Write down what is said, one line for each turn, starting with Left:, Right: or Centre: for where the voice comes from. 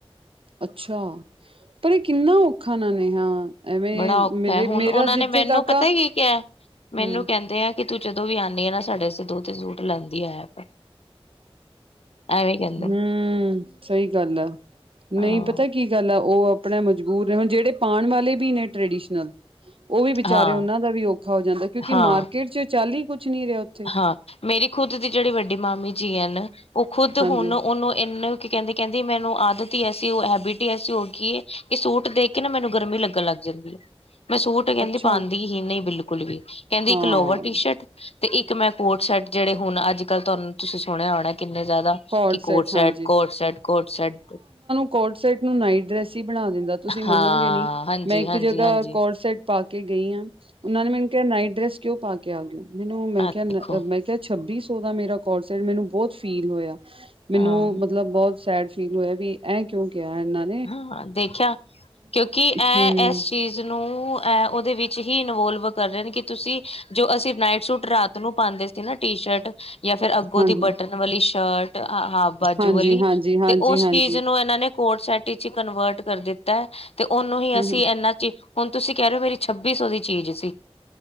Right: ਅੱਛਾ, ਪਰ ਇ ਕਿੰਨਾ ਔ ਔਖਾ ਨਾਲੇ। ਹਾਂ, ਐਵੇਂ
Left: ਬੜਾ ਔਖਾ
Right: ਮੇਰੇ
Left: ਹੈ ਹੁਣ
Right: ਮੇਰਾ
Left: ਉਹਨਾਂ
Right: ਜਿੱਥੇ
Left: ਨੇ ਮੈਨੂੰ
Right: ਤੱਕ
Left: ਪਤਾ
Right: ਆ।
Left: ਕੀ ਕਿਹਾ ਮੈਨੂੰ
Right: ਹੂੰ
Left: ਕੈਂਦੇ ਐ ਕਿ ਤੂੰ ਜਦੋਂ ਵੀ ਆਨੀ ਏ ਨਾ ਸਾਡੇ ਅਸਤੇ ਦੋ- ਤਿਨ ਸੂਟ ਲੈਂਦੀ ਆਇਆ ਕਰ। ਐਵੇਂ ਕਹਿੰਦੇ ਨੇ
Right: ਹੂੰ, ਸਈ ਗੱਲ ਆ।
Left: ਹਾਂ
Right: ਨਈ ਪਤੈ ਕਿ ਕੀ ਗੱਲ ਆ, ਓ ਅਪਣਾ ਮਜਬੂਰ ਨੇ, ਹੁਣ ਜੇੜੇ ਪਾਣ ਵਾਲੇ ਵੀ ਨੇ ਟ੍ਰਡੀਸ਼ਨਲ ਓ ਵੀ ਵਿਚਾਰੇ
Left: ਹਾਂ
Right: ਓਨਾਂ ਦਾ ਵੀ ਔਖਾ ਹੋ ਜਾਂਦੇ। ਕਿਉਂਕਿ
Left: ਹਾਂ
Right: ਮਾਰਕੀਟ ਚ, ਚਲ ਈ ਕੁਛ ਨੀ ਰਿਆ ਓਥੇ।
Left: ਹਾਂ, ਮੇਰੀ ਖੁਦ ਦੀ ਜੇੜੀ ਵੱਡੀ ਮਾਮੀ ਜੀ ਏਨ, ਓ ਖੁਦ
Right: ਹਾਂਜੀ
Left: ਹੁਣ ਓਨੂੰ ਇਨ ਕੀ ਕੈਂਦੇ, ਕੈਂਦੀ ਮੈਨੂੰ ਆਦਤ ਈ ਐਸੀ ਹੋ, ਹੈਬਿਟ ਹੀ ਐਸੀ ਹੋਗੀ ਏ, ਕਿ ਸੂਟ ਦੇਖ ਕੇ ਨਾ, ਮੈਨੂੰ ਗਰਮੀ ਲੱਗਣ ਲੱਗ। ਲੱਗ ਜਾਂਦੀ ਏ। ਮੈਂ ਸੂਟ ਕੈਂਦੀ
Right: ਅੱਛਾ
Left: ਪਾਂਦੀ ਹੀ ਨਈ ਬਿਲਕੁਲ ਵੀ, ਕੈਂਦੀ
Right: ਹਾਂ
Left: ਇੱਕ ਲੋਵਰ, ਟੀ- ਸ਼ਰਟ ਤੇ ਇੱਕ ਮੈਂ ਕੌਡ ਸੈਟ ਜੇੜੇ ਹੁਨ, ਅੱਜ- ਕੱਲ ਤੁਆਨੂੰ ਤੁਸੀ ਸੁਣਿਆ ਹੋਣੈ ਕਿੰਨੇ ਜਾਦਾ,
Right: ਕੋਡ
Left: ਕਿ ਕੌਡਸੈਟ,
Right: ਸੈਟ ਹਾਂਜੀ।
Left: ਕੌਡਸੈਟ, ਕੌਡਸੈਟ।
Right: ਕੋਟਸੈਟ ਨੂੰ ਨਾਈਟ ਡਰੈਸ ਹੀ ਬਣਾ ਦੇਂਦਾ। ਤੁਸੀਂ ਮੰਨੋਗੇ
Left: ਹਾਂ
Right: ਨੀ,
Left: ਹਾਂਜੀ
Right: ਮੈਂ ਇੱਕ
Left: ਹਾਂਜੀ
Right: ਜਗਾ
Left: ਹਾਂਜੀ
Right: ਕੋਟਸੈਟ ਪਾ ਕੇ ਗਈ ਆ, ਓਨਾਂ ਨੇ ਮੈਨ ਕਿਆ ਨਾਈਟ ਡਰੈਸ- ਕਿਉਂ ਪਾ ਕੇ ਆ ਗੇ ਓ। ਮੈਨੂੰ, ਮੈਂ
Left: ਹਾਂ
Right: ਕਿਆ ਨ
Left: ਦੇਖੋ
Right: ਮੈਂ ਕਿਆ ਛੱਬੀ ਸੌ ਦਾ ਮੇਰਾ ਕੋਟਸੈਟ ਮੈਨੂੰ ਬੋਤ ਫ਼ ਫੀਲ ਹੋਇਆ। ਮੈਨੂੰ
Left: ਹਾਂ
Right: ਮਤਲਬ ਬੋਤ ਸੈਡ ਫੀਲ ਹੋਇਆਂ। ਬੀ ਐ ਕਿਉਂ ਕਿਯਾ ਐਨਾਂ
Left: ਹਾਂ ਦੇਖਿਆ, ਕਿਉਂਕਿ ਐ
Right: ਹਮ
Left: ਐਸ ਚੀਜ਼ ਨੂੰ ਅ ਓ ਦੇ ਵਿੱਚ ਹੀ ਇਨਵੋਲਵ ਕਰ ਰੇ ਨੇ, ਕਿ ਤੁਸੀਂ ਜੋ ਅਸੀ ਨਾਈਟ ਸੂਟ ਰਾਤ ਨੂੰ ਪਾਂਦੇ ਸੀ। ਤੇ ਨਾ ਟੀ ਸ਼ਰਟ ਯਾ ਫੇਰ ਅੱਗੋਂ
Right: ਹਮ
Left: ਦੀ ਬਟਨ ਵਾਲੀ ਸ਼ਰਟ ਅ ਹਾਫ਼ ਬਾਜੂ
Right: ਹਾਂਜੀ
Left: ਵਾਲੀ
Right: ਹਾਂਜੀ ਹਾਂਜੀ ਹਾਂਜੀ
Left: ਤੇ ਉਸ
Right: ਹਾਂਜੀ
Left: ਚੀਜ਼ ਨੂੰ ਐਨਾਂ ਨੇ ਕੋਟਸੈਟ ਟੇ ਚ ਈ ਕਨਵਰਟ ਕਰ ਦਿੱਤੈ ਤੇ ਓਨੂੰ ਹੀ
Right: ਹਮ
Left: ਅਸੀਂ
Right: ਹਮ
Left: ਐਨਾ ਚ ਈ ਹੁਨ ਤੁਸੀਂ ਕੈ ਰੇ ਓ ਮੇਰੀ ਛੱਬੀ ਸੌ ਦੀ ਚੀਜ਼ ਸੀ,